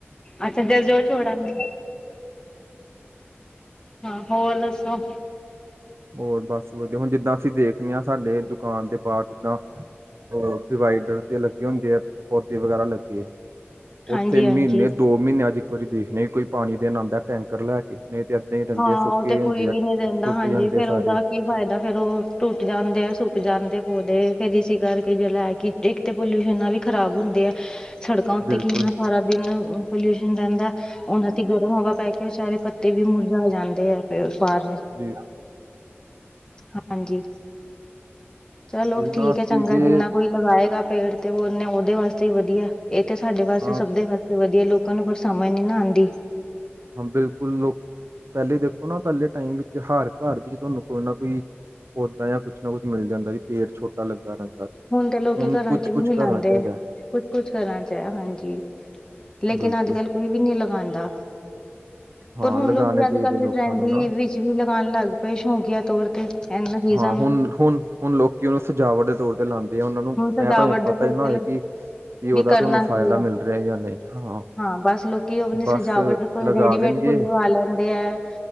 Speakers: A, on the left; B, on the right.
A: ਅੱਛਾ, ਜਦ ਜੋ ਛੋੜਾਂਗੇ। ਹਾਂ, ਹੋਰ ਦੱਸੋ?
B: ਔਰ ਬਸ ਵਧੀਆ, ਹੁਣ ਜਿੱਦਾਂ ਅਸੀਂ ਦੇਖਨੇ ਆ, ਸਾਡੇ ਦੁਕਾਨ ਦੇ ਬਾਰ ਜਿੱਦਾਂ ਉਹ ਡਿਵਾਈਡਰ ਤੇ ਲੱਗੇ ਹੁੰਦੇ ਐ, ਪੌਦੇ ਵਗੈਰਾ ਲੱਗੇ ਏ।
A: ਹਾਂਜੀ
B: ਔਥੇ ਮੀਨੇ,
A: ਹਾਂਜੀ
B: ਦੋ ਮੀਨੇਆਂ ਚ ਇੱਕ ਵਾਰੀ ਦੇਖਣੇ ਆ, ਕੋਈ ਪਾਣੀ ਦੇਣ ਆਂਦਾ ਏ ਟੈਂਕ। ਕਰ ਲੈ ਕੇ ਨਈ ਤੇ ਏਦਾਂ ਈ ਰਹਿੰਦੇ
A: ਹਾਂ
B: ਆ, ਸੁੱਕੇ
A: ਉਹ ਤੇ
B: ਈ ਹੁੰਦੇ
A: ਕੋਈ ਵੀ
B: ਆ।
A: ਦਿੰਦਾ
B: ਟੁੱਟ
A: ਹਾਂਜੀ,
B: ਜਾਂਦੇ
A: ਫੇਰ
B: ਸਾਰੇ
A: ਉਹਦਾ ਕੀ ਫਾਇਦਾ ਫੇਰ, ਉਹ ਟੁੱਟ ਜਾਂਦੇ ਆ, ਸੁੱਕ ਜਾਂਦੇ ਪੌਦੇ ਫੇਰ ਇਸੀ ਕਰਕੇ ਜਿਹੜਾ ਹੈ ਕਿ ਇੱਕ ਤੇ ਪੋਲਿਊਸ਼ਨ‌ ਨਾਲ ਵੀ ਖਰਾਬ ਹੁੰਦੇ ਆ, ਸੜਕਾਂ ਉੱਤੇ
B: ਬਿਲਕੁਲ
A: ਕਿੰਨਾ ਸਾਰਾ ਦਿਨ ਪੋਲਿਊਸ਼ਨ ਰਹਿੰਦਾ, ਉਹਨਾ ਦੀ ਗਰਮ ਹਵਾ ਪੈ ਕੇ ਵਿਚਾਰੇ ਪੱਤੇ ਵੀ ਮੁਰ ਝਾ ਜਾਂਦੇ ਆ, ਬਾਹਰ ਦੇ।
B: <inaudible>
A: ਹਾਂਜੀ, ਚਲੋ
B: ਕੋਈ
A: ਠੀਕ
B: ਨਾ ਅਸੀਂ
A: ਹੈ ਚੰਗਾ
B: ਜੇ
A: ਜਿੰਨਾ ਕੋਈ ਲਗਾਏਗਾ ਪੇੜ ਤੇ ਉਨ੍ਹਾਂ, ਉਹਦੇ ਵਾਸਤੇ ਹੀ ਵਧੀਆ, ਇਹ ਤੇ ਸਾਡੇ ਵਾਸਤੇ
B: ਹਾਂ
A: ਸਭ ਦੇ ਵਾਸਤੇ ਵਧੀਆ ਲੋਕਾਂ ਨੂੰ। ਸਮਝ ਨੀ, ਨਾ ਆਂਦੀ।
B: ਹਾਂ, ਬਿਲਕੁਲ ਲੋਕ ਪਹਿਲੇ ਦੇਖੋ ਨਾ ਪਹਿਲੇ ਟਾਈਮ ਵਿੱਚ ਹਰ ਘਰ ਵਿੱਚ ਤੁਹਾਨੂੰ ਕੋਈ ਨਾ ਕੋਈ। ਪੌਦਾ ਜਾਂ ਕੁਛ ਨਾ ਕੁਛ ਮਿਲ ਜਾਂਦਾ ਜੀ, ਪੇੜ ਛੋਟਾ ਲੱਗਾ ਰਹਿੰਦਾ।
A: ਹੁਣ ਤੇ ਲੋਕੀ ਘਰਾਂ
B: ਕੁਛ
A: ਚ
B: ਕੁਛ
A: ਵੀ ਮਿਲਾਉਂਦੇ,
B: ਘਰਾਂ ਚ ਹੈਗਾ
A: ਕੁਛ- ਕੁਛ ਘਰਾਂ ਚ ਹੈ ਹਾਂਜੀ। ਲੇਕਿਨ,
B: ਬਿਲਕੁਲ
A: ਅੱਜ -ਕੱਲ ਕੋਈ ਵੀ ਨਹੀਂ ਲਗਾਉਂਦਾ।
B: ਹਾਂ
A: ਪਰ ਹੁਣ
B: ਲਗਾਣੇ
A: ਲੋਕੀ ਅੱਜ
B: ਚਾਹੀਦੇ
A: -ਕੱਲ੍ਹ,
B: ਲੋਕਾਂ
A: ਟਰੈਂਡੀ
B: ਨੂੰ ਨਾ।
A: ਵਿੱਚ ਵੀ ਲਗਾਉਣ ਲੱਗ ਪਏ ਸ਼ੌਂਕੀਆ। <unintelligible>
B: ਹਾਂ ਹੁਣ। <unintelligible> ਹੁਣ ਲੋਕੀ, ਉਹਨੂੰ ਸਜਾਵਟ ਦੇ ਤੌਰ ਤੇ ਲਾਉਂਦੇ ਆ, ਉਹਨਾਂ ਨੂੰ
A: ਹੁਣ ਸਜਾਵਟ
B: ਮੈਂ ਭਾਵੇਂ ਪਤਾ
A: ਦੇ ਤੌਰ
B: ਹੀ ਨਾ
A: ਤੇ
B: ਹੋਏ ਕਿ ਕਿ ਉਹਦਾ,
A: ਵੀ ਕਰਨਾ
B: ਤੁਹਾਨੂੰ ਫਾਇਦਾ
A: ਕੀ ਹੈ
B: ਮਿਲ ਰਿਹਾ ਜਾਂ ਨਹੀਂ, ਹਾਂ।
A: ਹਾਂ, ਬਸ ਲੋਕੀ ਆਪਣੀ
B: ਬਸ
A: ਸਜਾਵਟ ਲਈ ਕੋਈ
B: ਲਗਾ
A: ਰੇਡੀਮੇਡ
B: ਦੇਣਗੇ
A: ਫੁੱਲ ਲਵਾ ਲੈਂਦੇ ਹੈ।